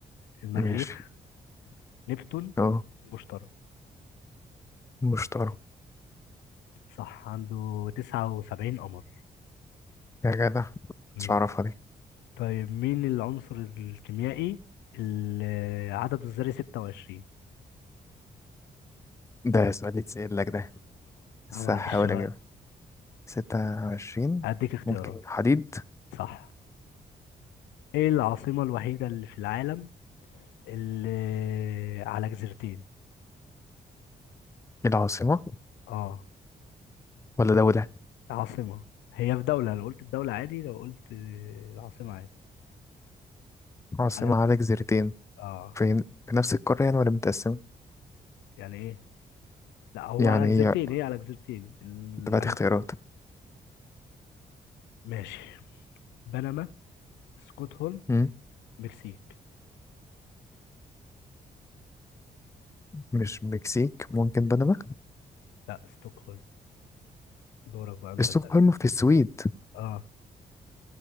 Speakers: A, on the left (about 85°); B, on the left (about 15°).
A: المريخ
B: ماشي
A: نبتون
B: اه
A: المشتري
B: مشتري
A: صح عنده 79 قمر
B: يا جدع
A: مم.
B: مش عارفها دي
A: طيب مين العنصر الكيميائي اللي عدده الذري 26؟
B: ده سؤال يتسأل لك ده بس
A: اه معلش
B: هحاول
A: بقى
B: اجيبها ستة وعشرين
A: هديك اختيارات
B: ممكن حديد
A: صح ايه العاصمة الوحيدة اللي في العالم اللي على جزيرتين
B: العاصمة
A: اه
B: ولا دولة
A: عاصمة هي في دولة لو قلت الدولة عادي لو قلت العاصمة عادي
B: عاصمة
A: على
B: على جزيرتين
A: اه
B: فين في نفس القارة يعني ولا متقسمة
A: يعني ايه لا هو
B: يعني
A: على جزيرتين
B: هي
A: هي على جزيرتين ال...
B: تبعت
A: على
B: اختيارات
A: ماشي بنما ستوكهولم
B: مم.
A: مكسيك
B: مش مكسيك ممكن بنما
A: لا ستوكهولم دورك بقى انت
B: ستوكهولم
A: اسأل
B: في السويد
A: اه